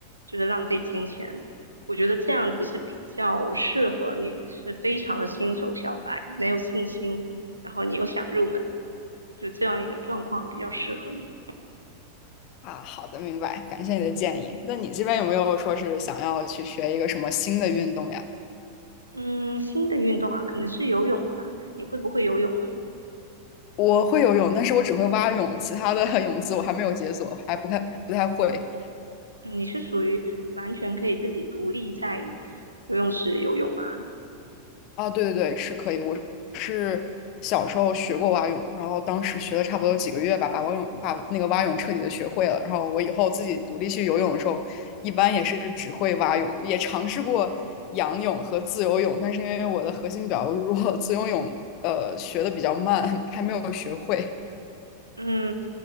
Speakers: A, on the right; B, on the left.
A: 就是浪费金钱。我觉得这样子是比较适合你，是非常的新手小白，没有信心。然后你又想入门，就这样一个状况比较适合你。
B: 啊，好的，明白，感谢你的建议。那你这边有没有说是想要去学一个什么新的运动呀？
A: 嗯，新的运动啊，可能是游泳吧。你会不会游泳啊？
B: 我会游泳，但是我只会蛙泳，其他的 <laughs> 泳姿我还没有解锁，还不太不太会。
A: 嗯，你是属于完全可以自己独立在游泳池游泳吗？
B: 啊，对对对，是可以。我是小时候学过蛙泳，然后当时学了差不多有几个月吧，把蛙泳把那个蛙泳彻底的学会了。然后我以后自己独立去游泳的时候，一般也是只会蛙泳，也尝试过仰泳和自由泳，但是因为我的核心比较弱，自由泳呃学的比较慢，还没有学会。
A: 嗯，